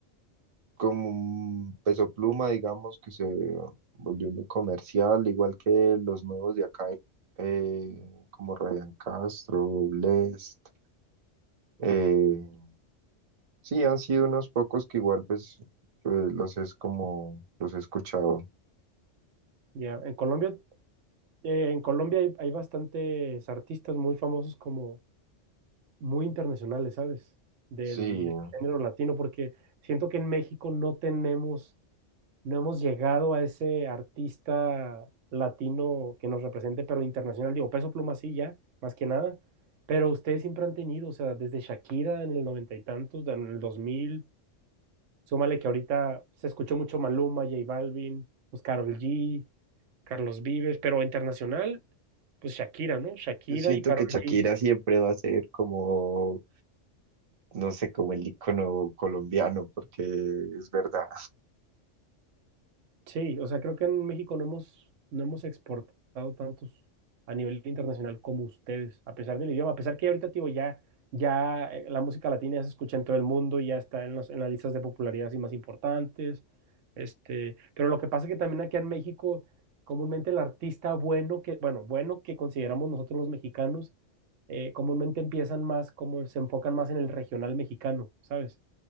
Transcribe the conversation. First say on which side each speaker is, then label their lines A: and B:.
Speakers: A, on the right; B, on the right.
A: como un Peso Pluma, digamos, que se volvió muy comercial, igual que los nuevos de acá, eh, como Ryan Castro, Blest. eh, sí, han sido unos pocos que igual pues eh, los es como los he escuchado.
B: Ya, En Colombia, eh, en Colombia hay, hay bastantes artistas muy famosos como muy internacionales, ¿sabes? Del,
A: Sí,
B: del género latino, porque siento que en México no tenemos, no hemos llegado a ese artista latino que nos represente, pero internacional, digo, Peso Pluma sí, ya, más que nada, pero ustedes siempre han tenido, o sea, desde Shakira en el noventa y tantos, en el 2000. súmale que ahorita se escuchó mucho Maluma, J Balvin, pues Karol G, Carlos Vives, pero internacional, pues Shakira, ¿no? Shakira
A: Yo siento
B: y Karol
A: que Shakira
B: G.
A: siempre va a ser como, no sé, como el icono colombiano, porque es verdad.
B: Sí, o sea, creo que en México no hemos, no hemos exportado tantos a nivel internacional como ustedes, a pesar del idioma, a pesar que ahorita, tío, ya, ya eh, la música latina ya se escucha en todo el mundo, y ya está en los- en las listas de popularidad así más importantes, este, pero lo que pasa es que también aquí en México, comúnmente el artista bueno que, bueno, bueno que consideramos nosotros los mexicanos, eh, comúnmente empiezan más, como se enfocan más en el regional mexicano, ¿sabes?